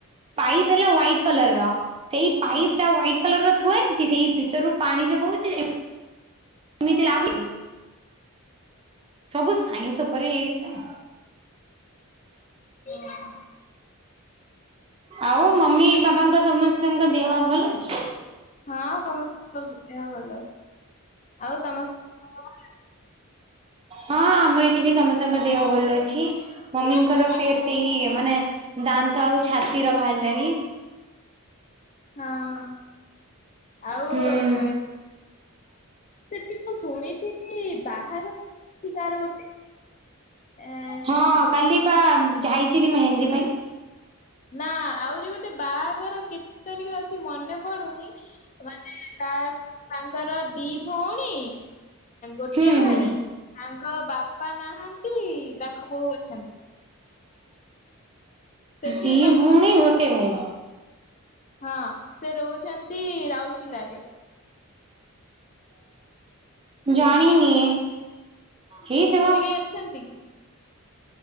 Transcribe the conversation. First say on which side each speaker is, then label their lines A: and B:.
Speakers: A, on the right; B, on the left.
A: ପାଇପ୍ ହେଲା ହୁଆଇଟ କଲରର ସେଇ
B: ହୁଁ।
A: ପାଇପ୍ ଟା ହୁଆଇଟ କଲରର ଥୁଆହେଇଛି ସେଇ ଭିତରରୁ ପାଣି ଜୋ ବହୁଛି ଏମିତି ଲାଗୁଛି ସବୁ ସାଇନ୍ସ ଉପରେ ହେଇଥିଲା।
B: ଓହୋ।
A: ଆଉ ମମି ବାବାଙ୍କ ସମସ୍ତଙ୍କ ଦେହ ଭଲ ଅଛି।
B: ହଁ ସମସ୍ତଙ୍କ ଦେହ ଭଲ ଅଛି। ଆଉ ତମସମସ୍ତଙ୍କ ଭଲ ଅଛି?
A: ହଁ ଆମ ଏଠି ବି ସମସ୍ତଙ୍କ ଦେହ ଭଲ ଅଛି।
B: ହଁ
A: ମମିଙ୍କର ଫେର ସେଇ ମାନେ ଦାନ୍ତ ଆଉ ଛାତିର ବାହାରିଲାଣି।
B: ହଁ ଆଉ
A: ହୁଁ
B: ସେଠି ମୁଁ ଶୁଣିଥିଲି ବାହାଘର ସେଠି କାହାର ଗୋଟେ। ଏଁ
A: ହଁ କାଲି ପା ଯାଇଥିଲି ମେହେନ୍ଦୀ ପାଇଁ।
B: ନା ଆହୁରି ଗୋଟେ ବାହାଘର କେତେ ତାରିଖରେ ଅଛି ମନେ ପଡୁନି ମାନେ ତା ଙ୍କର ଦି ଭଉଣୀ ଗୋଟେ
A: ହୁଁ
B: ଭାଇ।
A: ହୁଁ
B: ତାଙ୍କ ବାପା ନାହାନ୍ତି ତାଙ୍କ ବୋଉ ଅଛନ୍ତି। ସେଠି
A: ଦି
B: ମାନେ
A: ଭଉଣୀ ଗୋଟେ ଭାଇ?
B: ହଁ ସେ ରହୁଛନ୍ତି ରାଉରକେଲାରେ।
A: ଜାଣିନିି ହେଇଥିବ।
B: ସେ ଟିକେ ଅଛନ୍ତି କି?